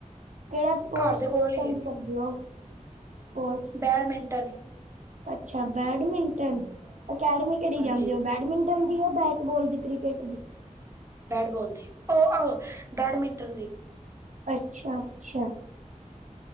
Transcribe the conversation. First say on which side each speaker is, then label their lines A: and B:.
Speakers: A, on the right (about 70°); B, on the right (about 20°).
A: ਕੇੜਾ ਸਪੋਰਟਸ
B: ਘਰ ਦੇ
A: ਪਸੰਦ
B: ਕੋਲ ਹੀ ਹੈਗੀ
A: ਕਰਦੇ ਓ? Sport
B: badminton.
A: ਅੱਛਾ, ਬੈਡਮਿੰਟਨ ਅਕੈਡਮੀ ਕੇੜੀ
B: ਹਾਂਜੀ
A: ਜਾਂਦੇ ਓ ਬੈਡਮਿੰਟਨ ਦੀ ਆ ਬੈਟ ਬੋਲ ਦੀ ਕ੍ਰਿਕਟ ਦੀ
B: ਬੈਟ ਬੋਲ ਦੀ ਓ ਓਹ ਬੈਡਮਿੰਟਨ ਦੀ
A: ਅੱਛਾ ਅੱਛਾ।